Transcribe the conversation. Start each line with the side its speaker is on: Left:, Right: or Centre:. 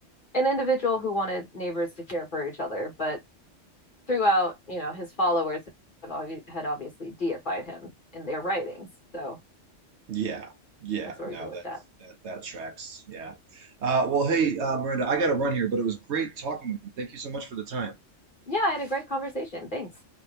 Left: an individual who wanted neighbors to care for each other, but throughout, you know, his followers have obvi had obviously deified him in their writings. So
Right: Yeah, yeah,
Left: that's where
Right: no,
Left: we go with
Right: that's
Left: that.
Right: that that tracks. Yeah. Uh, well, hey, uh, Miranda, I got to run here, but it was great talking with you. Thank you so much for the time.
Left: Yeah, I had a great conversation. Thanks.